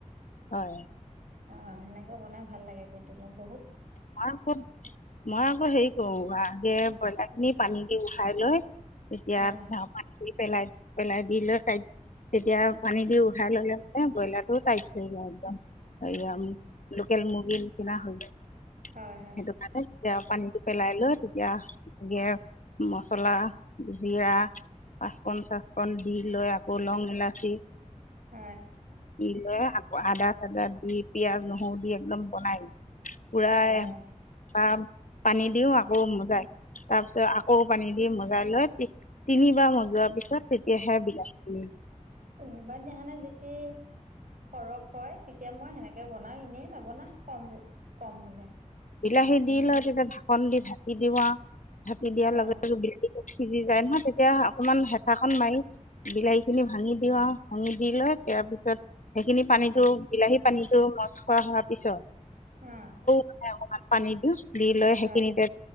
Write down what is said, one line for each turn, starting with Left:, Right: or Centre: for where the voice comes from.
Left: হয়
Right: অ হেনেকে বনাই ভাল লাগে কিন্তু পম
Left: মই আকৌ মই আকৌ হেৰি কৰো বা কে ব্ৰইলাৰ খিনি পানী দি উঠাই লৈ তেতিয়া
Right: হয়
Left: দি পেলাই পেলাই দি লৈ তেতিয়া পানী দি উথাই ললে ব্ৰইলাৰটোও টাইট থ যায় একদম সাইয়
Right: অ'
Left: আমি লোকেল মুৰ্গী নিচিনা হৈ সেইটো
Right: হয় হয়
Left: ভাল যেতিয়া পানীটো পেলাই লৈ তেতিয়াে মচলা জিৰা পাঁচকণ চচকণ দি লৈ আকৌ লং ইলাচি
Right: হয়
Left: দি লৈ আকৌ আদা চাদা দি পিয়াজ নহৰু দি একদম বনাই লৈ পুৰাই
Right: হয় হয়
Left: পাম পানী দিও আকৌ মজাই তাৰ পিছত আকৌ পানী দি মজাই লৈ তিনিবাৰ মজোৱাৰ পিছত তেতিয়াহে বিলাহী কিনি
Right: কোনোবাদিনাখনে যেতি সৰহ হয় তেতিয়া মই সেনেকে বনাও এনেই নবনাও কম কম হলে
Left: বিলাহী দি লৈ তেতিয়া ঢাকন দি ঢাকি দিওঁ ঢাকি দিয়াৰ
Right: হয়
Left: লগতে বিল ট সিজি যায় নহয় তেতিয়া অকমান হেফাখন মাৰি বিলাহী খিনি ভাঙি দিওঁ আৰু ভাঙি দি লৈ তাৰ পিছত সেইখিনি পানীতটো বিলাহী পানীটোো মচ খ হোৱাৰ পিছত
Right: অ
Left: অকমান পানী দিওঁ দি লয় সেইখিনিতে
Right: হয়